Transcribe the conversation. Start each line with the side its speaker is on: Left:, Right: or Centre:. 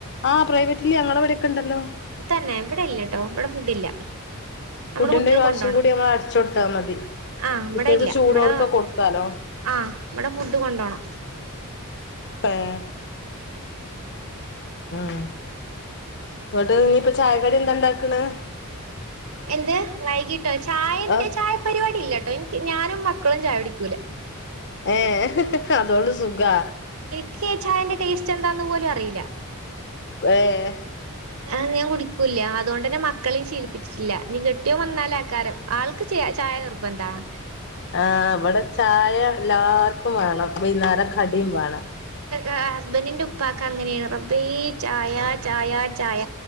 Left: ആഹ് പ്രൈവറ്റില് ഞങ്ങളിവിടെയൊക്കെ ഇണ്ടല്ലോ?
Right: തന്നെ ഇവിടെ ഇല്ല കേട്ടോ ഇവിടെ ഫുഡ് ഇല്ല. നമ്മുടെ
Left: ഫുഡിന്റെ
Right: കുട്ടികൾ
Left: കാശും
Right: കൊണ്ടോണം
Left: കൂടി ഞമ്മള് അടച്ചു കൊടുത്താൽ മതി
Right: ആഹ്
Left: കുട്ടികൾക്ക്
Right: ഇവിടെ ഇല്ല
Left: ചൂടോടുക്ക
Right: ഇവിടെ
Left: കൊടുക്കാലോ.
Right: ആഹ് ഇവിടെ ഫുഡ് കൊണ്ടോണം.
Left: ഏഹ് ഉം എന്നിട്ട് ഇനിയിപ്പ ചായക്കടി എന്താണ്ടാക്കണ്?
Right: എന്ത് വൈകിട്ടോ ചായന്റെ
Left: ആ
Right: ചായ പരിപാടി ഇല്ലാട്ടോ എനിക്ക് ഞാനും മക്കളും ചായ കുടിക്കൂല.
Left: ഏഹ് അതോണ്ട് സുഖാ.
Right: <unintelligible> ചായേന്റെ ടേസ്റ്റ് എന്താന്ന് പോലും അറിയില്ല.
Left: ഏഹ്
Right: ആഹ് ഞാൻ കുടിക്കൂല്ല്യാ അതുകൊണ്ട് തന്നെ മക്കളെയും ശീലിപ്പിച്ചിട്ടില്ല ഇനി കെട്ടിയോൻ വന്നാലെ ആക്കാരം ആൾക്ക് ച ചായ നിർബന്ധമാണ്.
Left: ആഹ് ഇവിടെ ചായ എല്ലാവർക്കും വേണം വൈന്നേരം കടിയും വേണം.
Right: ആഹ് ഹസ്ബന്റിന്റെ ഉപ്പാക്ക് അങ്ങനെയാണ് റബ്ബേ ചായ ചായ ചായ